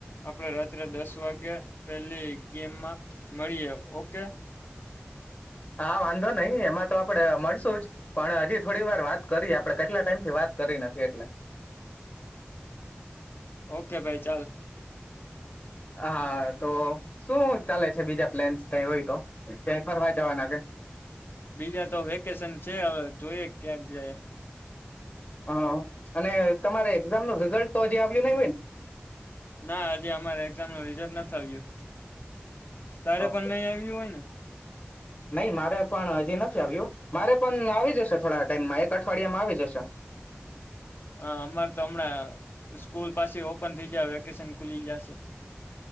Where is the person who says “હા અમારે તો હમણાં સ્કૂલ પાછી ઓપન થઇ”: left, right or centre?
Left